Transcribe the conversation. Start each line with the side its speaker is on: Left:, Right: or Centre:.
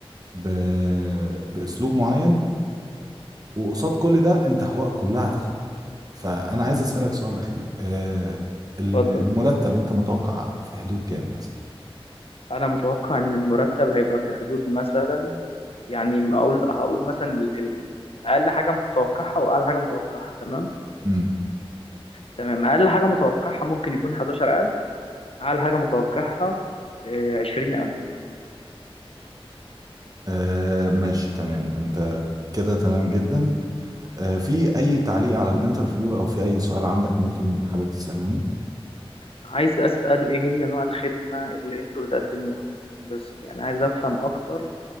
Right: ب... باسلوب معين وقصاد كل ده انت حقوقك كلها هتاخدها فانا عايز اسالك سؤال اخير آه، ال-
Left: اتفضل
Right: المرتب انت متوقع في حدود كام مثلا
Left: أنا متوقع إن المرتب هيبقى في حدود مثلا يعني أقول هقول مثلا ال ال ال أقل حاجة متوقعها وأعلى حاجة متوقعها تمام
Right: امم
Left: تمام أقل حاجة متوقعها ممكن يكون 11000 أعلى حاجة متوقعها آه، عشرين ألف مثلا
Right: آه ماشي تمام انت كده تمام جدا آه في اي تعليق على الانترفيو او في اي سؤال عندك ممكن حابب تسالوني
Left: عايز أسأل إيه هي نوع الخدمة اللي أنتوا بتقدموها بس يعني عايز أفهم أكتر